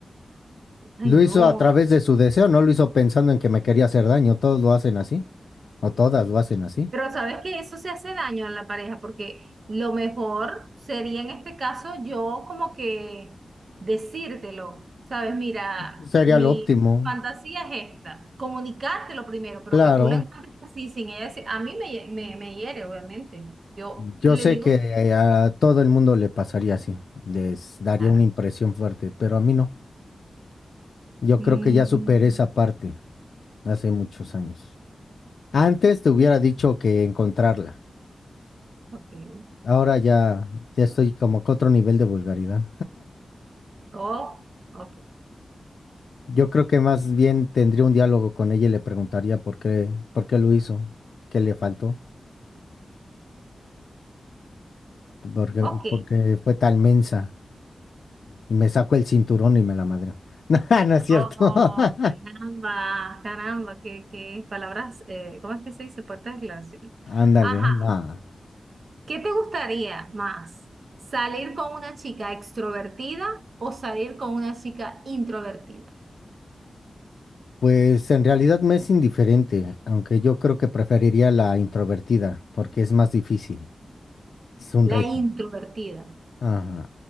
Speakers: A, on the left; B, on the right.
A: Lo
B: ay
A: hizo
B: no.
A: a través de su deseo, no lo hizo pensando en que me quería hacer daño. Todos lo hacen así, o todas lo hacen así.
B: Pero sabes que eso se hace daño a la pareja, porque lo mejor sería en este caso yo como que decírtelo, ¿sabes? Mira,
A: Sería
B: mi
A: lo óptimo.
B: fantasía es esta, comunicártelo primero, pero
A: Claro,
B: que tú lo encuentres así sin ella decir, a mí me, me, me hiere, obviamente. Yo
A: yo
B: le
A: sé
B: digo,
A: que eh, a todo el mundo le pasaría así, les daría
B: claro.
A: una impresión fuerte, pero a mí no. Yo
B: Mm,
A: creo que ya superé esa parte hace muchos años. Antes te hubiera dicho que encontrarla.
B: ok,
A: Ahora ya, ya estoy como que otro nivel de vulgaridad.
B: oh, ok,
A: Yo creo que más bien tendría un diálogo con ella y le preguntaría por qué, por qué lo hizo, qué le faltó, porque,
B: ok.
A: porque fue tan mensa. Y me saco el cinturón y me la madreo. <laughs> No, no es cierto.
B: Oh,
A: <laughs>
B: caramba, caramba, qué, qué palabras, eh, ¿cómo es que se dice? Fuertes declaraciones.
A: Ándale,
B: Ajá,
A: no.
B: ¿qué te gustaría más? ¿Salir con una chica extrovertida o salir con una chica introvertida?
A: Pues en realidad me es indiferente, aunque yo creo que preferiría la introvertida, porque es más difícil. Es un
B: La
A: reto.
B: introvertida,
A: Ajá,